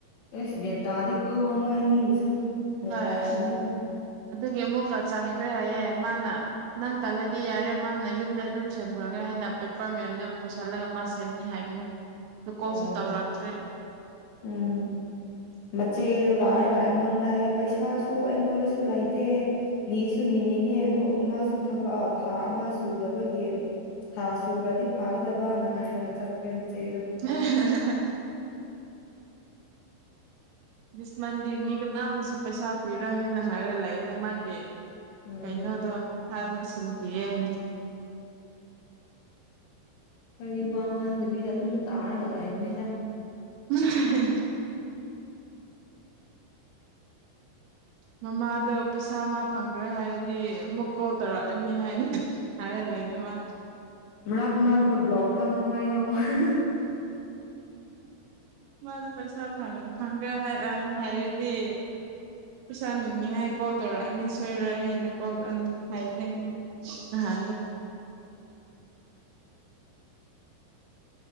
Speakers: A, on the left; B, on the right.
A: ꯑꯁ ꯒꯌꯥꯟ ꯇꯥꯗꯦꯀꯣ ꯃꯣꯏ ꯑꯅꯤꯕꯨꯁꯨ ꯅꯨꯡꯉꯥꯏꯔꯝꯃꯣꯏ
B: ꯍꯣꯏ ꯑꯗꯨꯒꯤ ꯑꯃꯨꯛꯀ ꯆꯪꯈ꯭ꯔꯦ ꯍꯥꯏꯌꯦ ꯃꯥꯅ ꯅꯪ ꯇꯥꯜꯂꯗꯤ ꯌꯥꯔꯦ ꯃꯥꯅ ꯌꯨꯝꯗ ꯑꯗꯨꯝ ꯁꯦꯝꯈ꯭ꯔꯒꯦ ꯍꯥꯏꯅ ꯄꯦꯄꯔ ꯃꯌꯥꯝꯗ ꯄꯨꯁꯤꯜꯂꯒ ꯃꯥ ꯁꯦꯝꯅꯤ ꯍꯥꯏꯕꯅꯤ ꯑꯗꯨ ꯀꯣꯜꯁꯨ
A: ꯑꯨꯝ
B: ꯇꯧꯔꯛꯇ꯭ꯔꯦ
A: ꯎꯨꯝ ꯃꯆꯦ ꯗꯨ ꯂꯥꯛꯑꯒ ꯑꯩꯉꯣꯟꯗ ꯍꯥꯏ ꯄꯩꯁꯥꯁꯨ ꯑꯩꯉꯣꯟꯗꯁꯨ ꯂꯩ ꯇꯦ ꯅꯤꯁ ꯁꯨ ꯅꯤꯅꯤꯡꯉꯤ ꯑꯗꯨ ꯃꯥꯁꯨ ꯊꯕꯛ ꯑꯣ ꯊꯥ ꯑꯃ ꯁꯨꯗꯕꯒꯤ ꯊꯥ ꯁꯨꯈ꯭ꯔꯗꯤ ꯐꯥꯒꯗꯕꯅ ꯍꯥꯏꯔꯒ ꯆꯠꯈ꯭ꯔꯦ ꯃꯆꯩꯗꯣ
B: ꯑ ꯍ ꯍ ꯍ ꯗꯤꯁ ꯃꯟꯗꯦ ꯃꯤꯒ ꯃꯥꯅꯥꯕꯨꯁꯨ ꯄꯩꯁꯥ ꯄꯤꯔꯣꯏ ꯍꯥꯏꯅ ꯍꯥꯏꯔ ꯂꯩꯕꯅꯦ ꯃꯥꯒꯤ
A: ꯎꯝ
B: ꯀꯩꯅꯣꯗꯣ ꯍꯥꯟꯅ ꯁ ꯅꯨꯡ ꯀꯤꯌꯦ ꯍꯥꯏꯅ
A: ꯈꯣꯏꯗꯤ ꯋꯥ ꯉꯥꯡꯗꯕꯤꯗ ꯑꯗꯨꯝ ꯇꯥꯔꯒ ꯂꯩꯕꯅꯤꯗ
B: ꯍꯨꯝ ꯍꯦ ꯃꯃꯥꯗ ꯄꯩꯁꯥ ꯑꯃ ꯐꯪꯈ꯭ꯔꯦ ꯍꯥꯏꯔꯗꯤ ꯑꯃꯨꯛ ꯀꯣꯜ ꯇꯧꯔꯛꯑꯅꯤ ꯍꯥꯏꯅ ꯍꯥꯏꯔ ꯂꯩꯕꯅꯦ ꯃꯥ
A: ꯃꯔꯛ ꯃꯔꯛꯇ ꯕ꯭ꯂꯣꯛ ꯊꯝꯃꯣ ꯍꯥꯏ ꯑꯃ ꯎ
B: ꯃꯥꯁ ꯄꯩꯁꯥ ꯐꯪꯈ꯭ꯔꯦ ꯍꯥꯏꯔꯗꯤ ꯄꯩꯁꯥ ꯅꯤꯡꯅꯤꯡꯉꯥꯏ ꯀꯣꯜ ꯇꯧꯔꯛꯑꯅꯤ ꯁꯣꯏꯔꯣꯏ ꯍꯥꯏꯅ ꯀꯣꯜ ꯇꯧꯑꯅꯤ ꯍꯥꯏ ꯅꯪ ꯍ